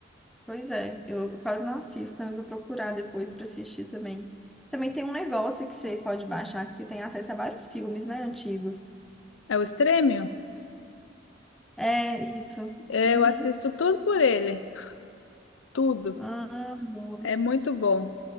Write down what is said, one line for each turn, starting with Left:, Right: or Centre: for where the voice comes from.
Centre: pois é, eu quase não assisto, né, mas vou procurar depois para assistir também. Também tem um negócio que você pode baixar, que você tem acesso a vários filmes, né, antigos.
Left: É o streaming?
Centre: É, isso.
Left: É,
Centre: Uhum.
Left: Eu assisto tudo por ele. Tudo.
Centre: Ah, boa.
Left: É muito bom.